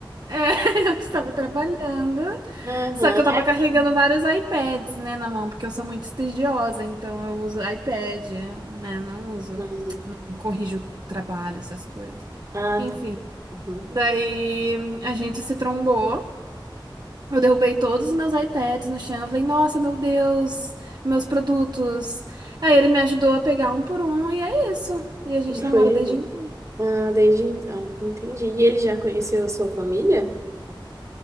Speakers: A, on the right; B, on the right.
A: É, <laughs> eu estava trabalhando,
B: Aham.
A: só que eu estava
B: Ai,
A: carregando
B: que-
A: vários iPads, né, na mão, porque eu sou muito estudiosa, então eu uso iPad, né, não uso,
B: Uhum.
A: corrijo trabalho, essas coisas.
B: Ah,
A: Enfim,
B: tá. Uhum.
A: daí a gente se trombou, eu derrubei todos os meus iPads no chão, eu falei, nossa, meu Deus, meus produtos. Aí ele me ajudou a pegar um por um, e é isso. E a gente
B: E foi
A: namora
B: ele.
A: desde então.
B: Ah, desde então, entendi. E ele já conheceu a sua família?